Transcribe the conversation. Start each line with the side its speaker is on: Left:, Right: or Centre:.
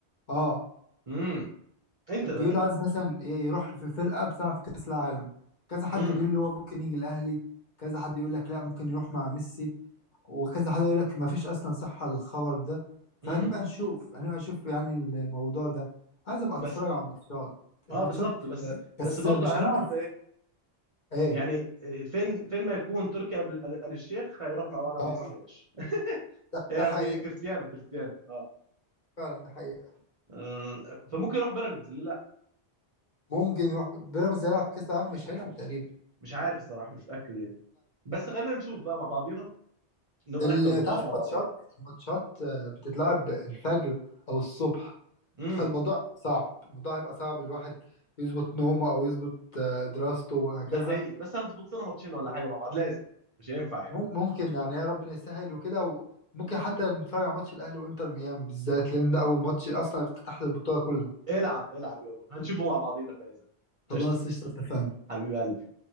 Left: اه
Right: امم انت
Left: بيقول
Right: ده
Left: عايز مثلا ي- يروح في فرقة بتلعب في كأس العالم كذا حد
Right: امم
Left: بيقول اللي هو ممكن يجي الأهلي كذا حد يقول لك لا ممكن يروح مع ميسي وكذا حد يقول لك ما فيش أصلا صحة للخبر ده فهنبقى
Right: امم
Left: نشوف هنبقى نشوف يعني الموضوع ده عايز أبقى أتفرج
Right: بس
Left: على الماتشات الماتشات
Right: اه بالظبط بس
Left: آه، بس
Right: بس برضو
Left: مش
Right: عارف
Left: هنعرف
Right: انت ايه
Left: إيه
Right: يعني آه، فين فين ما يكون تركي آل آل الشيخ هيروح مع ورا
Left: اه
Right: ميسي يا باشا
Left: ده,
Right: آه،
Left: ده حقيقة
Right: قصدي كريستيانو كريستيانو اه
Left: فعلا ده حقيقة
Right: آه، فممكن يروح بيراميدز ليه لا
Left: ممكن يروح بيراميدز هيلعب في كأس العالم مش هيلعب تقريبا
Right: مش عارف الصراحة مش متأكد يعني بس خلينا نشوف بقى مع بعضينا نبقى
Left: ال-
Right: نحضر الماتش
Left: تعرف
Right: مع
Left: الماتشات
Right: بعضينا
Left: الماتشات آه، بتتلعب الفجر أو الصبح
Right: امم
Left: فالموضوع صعب الموضوع هيبقى صعب الواحد يظبط نومه او يظبط آه، دراسته وهكذا
Right: ده حقيقي بس هنظبط لنا ماتشين ولا حاجه مع بعض لازم بقى مش هينفع يعني
Left: مم- ممكن يعني يا ربنا يسهل وكده وممكن حتى نتفرج على ماتش الاهلي وانتر ميامي بالذات لان ده اول ماتش اصلا افتتاح للبطوله كلها
Right: العب العب يابا هنشوفه مع بعضينا فايزه
Left: خلاص
Right: قشطه
Left: قشطه اتفقنا
Right: حبيب قلبي